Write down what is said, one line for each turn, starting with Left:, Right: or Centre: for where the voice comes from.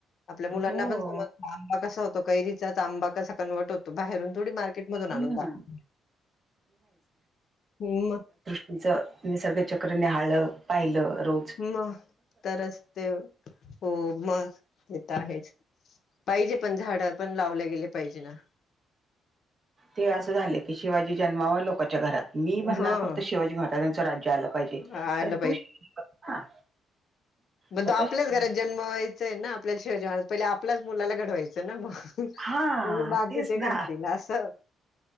Left: आपल्या मुलांना
Right: हो
Left: पण समज आंबा कसा होतो कैरीचाच आंबा कसा कन्वर्ट होतो बाहेरून थोडी मार्केट मधून
Right: हम्म
Left: आणून दाखवतो. मग
Right: ज म्हणजे सगळ चक्र निहाळल, पाहिलं रो
Left: मग तरच ते हो म तेे तर आहेच पाहिजे पण झाडं पण लावले गेले पाहिजे ना
Right: ते असं झाले की शिवाजी जन्मावा लोकच्या घरात मी म्हणणार
Left: हं
Right: फक्त शिवाजी महाराजांचं राज्य आलं पाहिजे. ते,
Left: आलं
Right: अरे तू <unintelligible>
Left: पण
Right: स्वतः
Left: तो आपल्याच
Right: शिक
Left: घरात जन्म व्हायचाय ना आपल्याला शिव जवान पहिले आपल्याच मुलाला घडवायचं ना मग. म्हणजे
Right: हा
Left: बाकीचे
Right: तेच
Left: घडतील
Right: ना
Left: असं